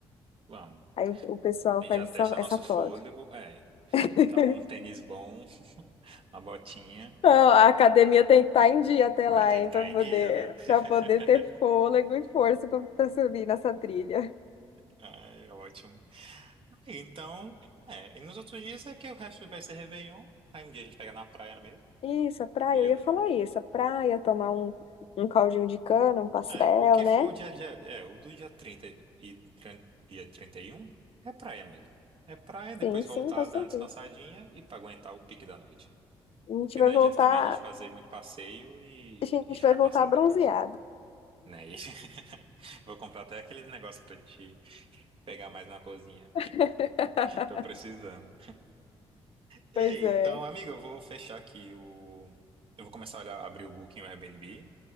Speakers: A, on the right; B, on the left.
A: vamos.
B: Aí o, o pessoal
A: A gente
B: faz
A: já
B: essa,
A: testa
B: essa
A: nosso
B: foto.
A: fôlego. É,
B: <laughs>
A: botar um tênis bom, uma botinha.
B: Ah, A academia tem que estar em dia até
A: Vai
B: lá,
A: ter
B: hein,
A: que estar
B: para
A: em
B: poder,
A: dia, viu? <laughs>
B: para poder ter fôlego e força para subir nessa trilha.
A: Ai, é ótimo. E Então, é. E nos outros dias é que o resto vai ser Réveillon. Aí um dia a gente pega na praia mesmo.
B: Isso, a praia,
A: o dia
B: eu ia
A: da-
B: falar isso, a praia, tomar um, um caldinho de cana, um pastel,
A: É, o que
B: né?
A: for o dia, dia, é, o do dia 30 e trin- dia 31 é praia mesmo. É praia,
B: Sim,
A: depois voltar,
B: sim, com certeza.
A: dar uma descansadinha e pra aguentar o pique da noite.
B: A gente
A: Porque
B: vai
A: não
B: voltar.
A: adianta também a gente fazer muito passeio e,
B: a gente
A: e ficar
B: vai voltar
A: cansado
B: bronzeado.
A: depois, né? E- <laughs> Vou comprar até aqueles negócios pra gente pegar mais uma coisinha.
B: <laughs>
A: Tô precisando. Ei,
B: Pois é.
A: então, amigo, eu vou fechar aqui o... Eu vou começar a olhar, abrir o Booking, o Airbnb